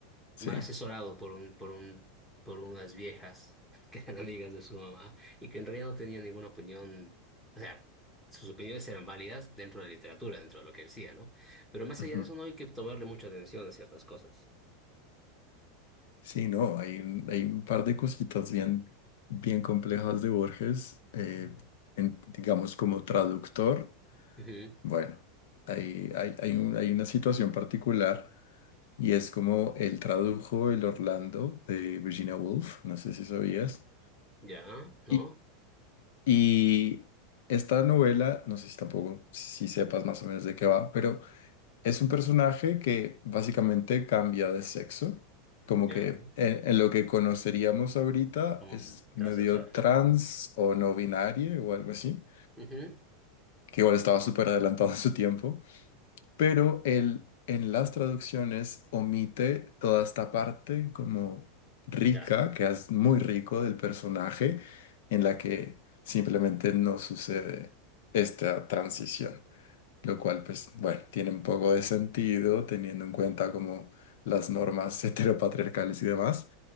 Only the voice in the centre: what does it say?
mal asesorado por un, por un, por unas viejas <laughs> que eran amigas de su mamá y que en realidad no tenían ninguna opinión, o sea, sus opiniones eran válidas dentro de la literatura, dentro de lo que decía, ¿no? Pero más
allá de eso no hay que tomarle mucha atención a ciertas cosas.
Ujú,
Ya, ¿no?
Ya,
un
transexual.
Ujú,
Claro.